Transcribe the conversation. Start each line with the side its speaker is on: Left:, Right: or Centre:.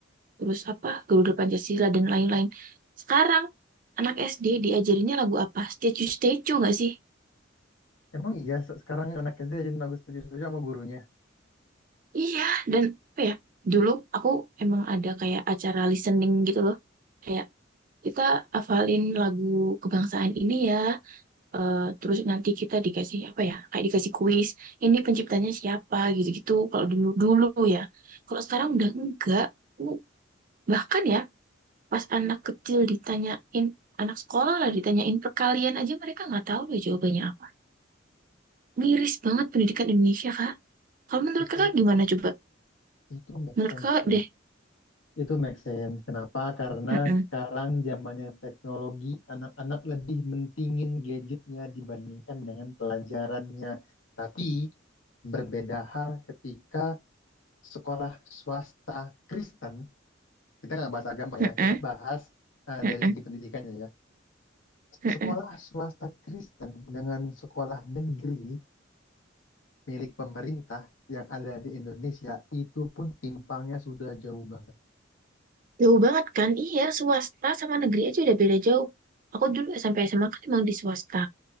Right: terus apa Garuda Pancasila dan lain-lain. Sekarang anak SD diajarinnya lagu apa? Statue Statue nggak sih?
Left: Emang iya, se- sekarang anak SD aja nangis setuju-setuju sama gurunya.
Right: Iya, dan apa ya? Dulu aku emang ada kayak acara listening gitu loh. Kayak kita hafalin lagu kebangsaan ini ya, eh, terus nanti kita dikasih apa ya kayak dikasih kuis ini penciptanya siapa gitu-gitu kalau dulu dulu ya kalau sekarang udah enggak Uh, bahkan ya pas anak kecil ditanyain anak sekolah lah ditanyain perkalian aja mereka nggak tahu ya jawabannya apa miris banget pendidikan Indonesia kak kalau menurut
Left: Itu
Right: kakak gimana coba
Left: itu make
Right: menurut
Left: sense
Right: kakak
Left: ya.
Right: deh
Left: Itu make sense. Kenapa? Karena
Right: Mm-mm,
Left: sekarang zamannya teknologi, anak-anak lebih mentingin gadgetnya dibandingkan dengan pelajarannya. Tapi berbeda hal ketika sekolah swasta Kristen, kita nggak bahas agama
Right: mm-mm,
Left: ya, kita bahas eh,
Right: mm-mm,
Left: dari segi pendidikannya ya.
Right: mm-mm.
Left: Sekolah swasta Kristen dengan sekolah negeri milik pemerintah yang ada di Indonesia itu pun timpangnya sudah jauh banget.
Right: jauh banget kan iya swasta sama negeri aja udah beda jauh aku dulu sampai SMA kan emang di swasta